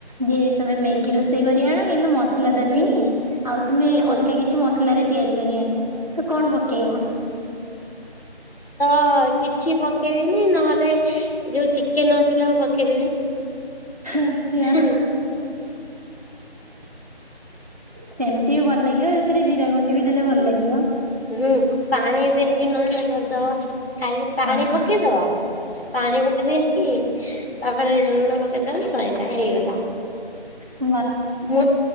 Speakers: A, on the right; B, on the left.
A: ଯେ ତମେ ମ୍ୟାଗି ରୋଷେଇ କରି ଆଣ କିନ୍ତୁ ମ ଦମିନି
B: ହୁଁ
A: ଆଉ ତମେ
B: ହୁଁ ହୁଁ।
A: ଅଲଗା କିଛି ମସଲା ରେ। ତିଆରି କରି ଆଣିବ ତ କଣ ପକେଇବ।
B: ତ କିଛି ପକେଇବିନି ନହେଲେ ଯୋଉ ଚିକେନ ମସିଲ କ ପକେଇ କେଦେ ବି
A: ଆଚ୍ଛା
B: ହଁ।
A: ସେମତି ବି ଭଲ ଲାଗିବ ସେଥିରେ ଜିରା ଗୁଣ୍ଡି ବି ଦେଲେ ଭଲ ଲାଗିବ।
B: ହୁଁ ପାଣି ଦେଇକି ନହେଲେ କରିଦବା। ଖାଲି ପାଣି
A: ହଁ
B: ପକେଇଦବ ପାଣି ପକେଇ ଦେଇକି ତାପରେ ଲୁଣ ପକେଇ ଦବ ସଇଲା ହେଇଗଲା।
A: ହ
B: ମୁଁ